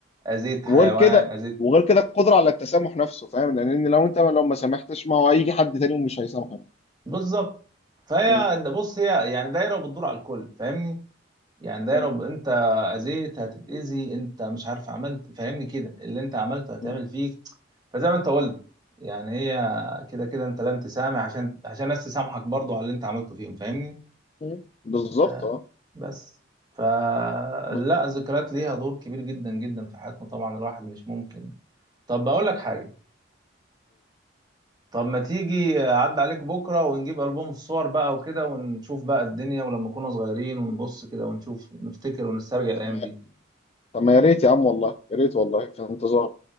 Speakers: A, on the right; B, on the left.
A: اذيت حيوان
B: وغير كده
A: اذيت
B: وغير كده القدرة على التسامح نفسه فاهم لأن لو أنت لو ما سامحتش ما هو هيجي حد تاني ومش هيسامحك
A: بالظبط فهي
B: مم.
A: بص هي يعني دايرة وبتدور على الكل فاهمني يعني ده
B: مم.
A: يا رب انت اذيت هتتاذي انت مش عارف عملت فاهمني كده اللي انت عملته هتعمل
B: مم.
A: فيك فزي ما انت قلت يعني هي كده كده انت لن تسامح عشان عشان الناس تسامحك برضو على اللي انت عملته فيهم فاهمني
B: مم. بالظبط
A: آه
B: اه
A: بس فلا
B: ب-
A: الذكريات ليها دور كبير جدا جدا في حياتنا طبعا الواحد مش ممكن طب بقول لك حاجة طب ما تيجي عد عليك بكرة ونجيب ألبوم الصور بقى وكده ونشوف بقى الدنيا ولما كنا صغيرين ونبص كده ونشوف ونفتكر ونسترجع الأيام
B: طب ما
A: دي
B: طب ما يا ريت يا عم والله يا ريت والله في انتظار